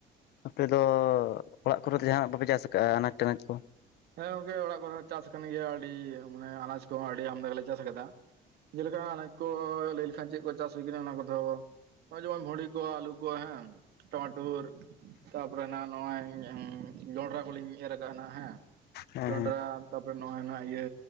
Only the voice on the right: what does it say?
ᱦᱮᱸ ᱜᱚᱝᱠᱮ ᱚᱲᱟᱜ ᱠᱚᱨᱮ ᱫᱚ ᱪᱟᱥ ᱟᱠᱟᱱ ᱜᱮᱭᱟ ᱟᱹᱰᱤ, ᱢᱟᱱᱮ ᱟᱱᱟᱡᱽ ᱠᱚᱦᱚᱸ ᱟᱹᱰᱤ ᱟᱢᱫᱟ ᱜᱮᱞᱮ ᱪᱟᱥ ᱟᱠᱟᱫᱟ ᱾ ᱡᱮᱞᱮᱠᱟ ᱟᱱᱟᱡᱽ ᱠᱚ ᱞᱟᱹᱭ ᱞᱮᱠᱷᱟᱱ ᱪᱮᱫ ᱠᱚ ᱪᱟᱥ ᱦᱩᱭ ᱠᱟᱱᱟ ᱚᱱᱟ ᱠᱚᱫᱚᱼᱼ ᱱᱚᱜᱼᱚᱭ ᱡᱮᱢᱚᱱ ᱵᱷᱩᱸᱰᱤ ᱠᱚ, ᱟᱞᱩ ᱠᱚ, ᱦᱮᱸᱼᱼ ᱴᱟᱢᱟᱴᱩᱨ, ᱛᱟᱯᱚᱨᱮ ᱱᱟᱜ ᱱᱚᱜᱼᱚᱭ ᱮᱸ ᱡᱚᱸᱰᱨᱟ ᱠᱚᱞᱤᱧ ᱮᱨ ᱟᱠᱟᱜᱼᱟ ᱱᱟᱜ ᱦᱮᱸ ᱾
ᱡᱚᱱᱰᱨᱟ ᱛᱟᱯᱚᱨᱮ ᱱᱚᱜᱼᱚᱭ ᱱᱟᱜ ᱤᱭᱟᱹᱼᱼ